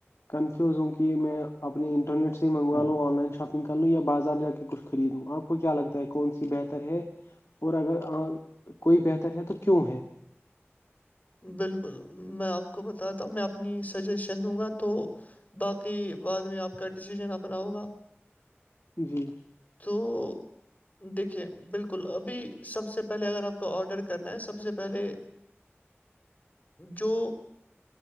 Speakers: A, on the left (about 80°); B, on the left (about 35°).
A: کنفیوز ہوں کہ میں اپنے انٹرنیٹ سے ہی مگوا لوں آن لائن شاپنگ کر لوں یا بازار جا کے کچھ خریدوں آپ کو کیا لگتا ہے کون سی بہتر ہے اور اگر کوئی بہتر ہے تو کیوں ہے
B: بالکل میں آپ کو بتاتا ہوں میں اپنی سجیشن دوں گا تو باقی بعد میں آپ کا ڈسیزن اپنا ہوگا
A: جی
B: تو <inaudible> دیکھیے بالکل ابھی سب سے پہلے اگر آپ کو آڈر کرنا ہے سب سے پہلے جو